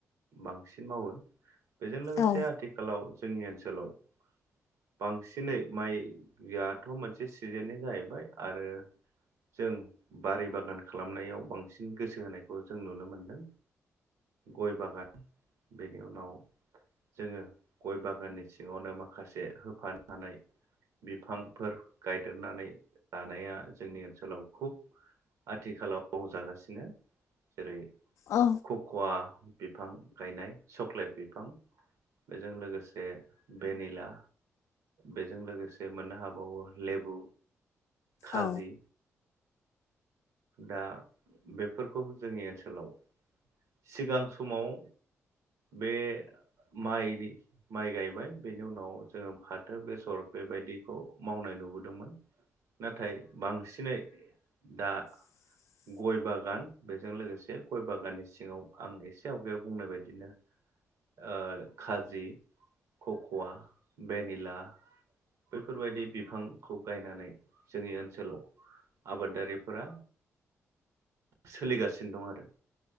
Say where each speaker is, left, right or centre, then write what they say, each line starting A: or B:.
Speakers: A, on the right; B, on the left.
A: बांसिन मावो। बेजों लोगोसे
B: औ
A: आथिखालाव जोंनि ओनसोलाव बांसिनै माइयाआथ' मोनसे सिजेननि जाहैबाय आरो जों बारि बागान खालामनायाव बांसिन गोसो होनायखौ जों नुनो मोनदों। गय बागान। बेनि उनाव जोङो गय बागाननि सिङावनो माखासे होफानानै बिफांफोर गायदेरनानै लानाया जोंनि ओनसोलाव खुब आथिखालाव मावजागासिनो। जेरै
B: औ
A: खक'वा बिफां गायनाय चक्लेट बिफां बेजों लोगोसे भेनिला बेजों लोगोसे मोननो हाबावो लेबु खाजि
B: औ
A: दा बेफोरखौ जोंनि ओनसोलाव सिगां समाव बे माइनि माइ गायबाय बेनि उनाव जोङो फाथो बेसर बेबायदिखौ मावनाय नुबोदोंमोन। नाथाय बांसिनै दा
B: <unintelligible>
A: गय बागान बेजों लोगोसे गय बागाननि सिङाव आं एसे आवगायाव बुंनाय बायदिनो ओ खाजि खक'वा भेनिला बैफोरबायदि बिफांखौ गायनानै जोंनि ओनसोलाव आबादारिफोरा सोलिगासिनो दं आरो।